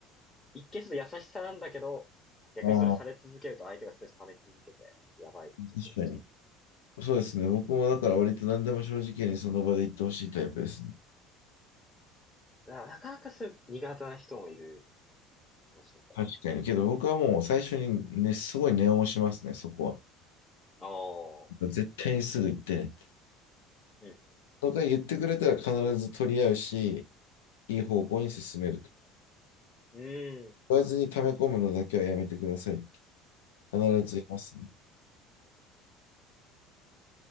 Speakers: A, on the left; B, on the left.
A: 一見すると優しさなんだけど、逆にそれされ続けると相手がストレス溜め続けて、
B: ああ、
A: やばい状況になっちゃう。
B: 確かに。そうですね。僕もだから割と何でも正直にその場で言ってほしいタイプですね。
A: だからなかなかそういう苦手な人もいる気もしてて。
B: 確かに。けど僕はもう最初にね、すごい念を押しますね、そこは。
A: ああ。
B: 絶対にすぐ行ってねって。
A: うん
B: とか言ってくれたら必ず取り合うし、いい方向に進めると。
A: うんうんうん。
B: 言わずに溜め込むのだけはやめてくださいって必ず言いますね。
A: うん。うんうんうんうん